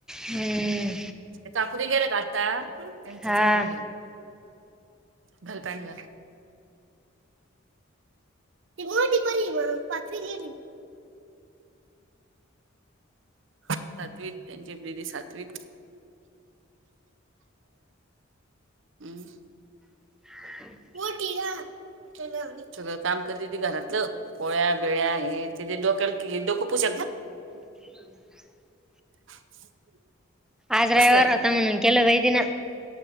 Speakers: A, in the centre; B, on the right.
A: हम्म
B: का घरी गेलं का आता त्यांचं
A: हा
B: चालू घाल पैट घाल. बरी म पाचवी त गेली. सातवीत त्यांची दिदी सातवीत. हम्.
A: ह.
B: हो सग काम करते त घरातलं पोळ्या बेळ्या हे त. डोक्यावर घे डोकंपुस.
A: <inaudible>
B: <unintelligible>
A: आज रवीवार
B: बस खाली
A: होता म्हनून केल वैदन.